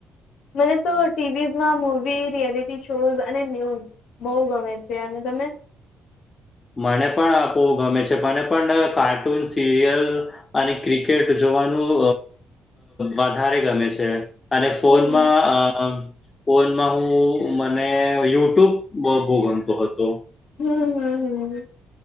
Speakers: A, on the left; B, on the left.
A: મને તો ટીવીઝ માં મૂવી રિયાલિટી શોઝ અને ન્યૂઝ બઉ ગમે છે અને તમને?
B: મને પણ બવ ગમે છે. મને પણ કાર્ટૂન, સિરિયલ અને ક્રિકે ક્રિકેટ જોવાનું વધારે ગમે છે. અને ફોનમાં
A: હમ
B: અ ફોનમાં હું મને યુટ્યુબ બો બો ગમતું હતું.
A: હમમ હમમ હમમ